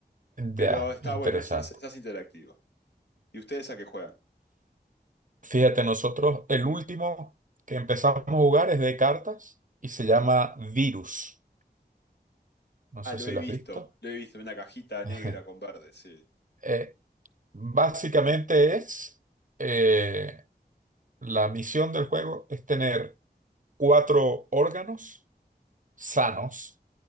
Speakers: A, on the left; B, on the right.
A: Pero
B: ya,
A: está
B: interesante.
A: bueno, se hace se hace interactivo. ¿Y ustedes a qué juegan?
B: Fíjate, nosotros el último que empezamos a jugar es de cartas y se llama Virus. No
A: Ah,
B: sé
A: lo
B: si
A: he
B: lo
A: visto,
B: has visto.
A: lo he visto, en una cajita negra
B: <laughs>
A: con verde, sí,
B: Eh, básicamente es, eh, la misión del juego es tener cuatro órganos sanos